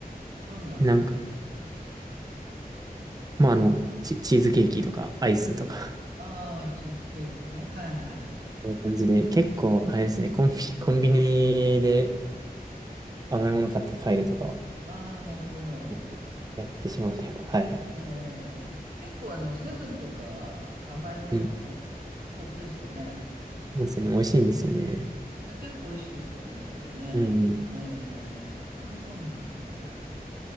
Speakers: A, on the right; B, on the right.
A: どんな甘い
B: なんか、まあ、あの、チ、チーズケーキとか、アイスとか
A: ああ、チーズケーキね。はいはいはい。
B: <laughs> そういう感じで、結構、あれですね、コンビ、コンビニで甘いもの買って帰るとかは、
A: ああ、なるほど。
B: 結構やってしまうというか、はいはい。
A: ええ、ええええ結構あの、セブンとか甘いもの
B: うん。
A: 豊富ですよね。
B: そうですよね、美味しいんですよね。
A: え結構美味しいですよね、それでね。
B: うん、
A: ええ、ええああ、そうなんですね。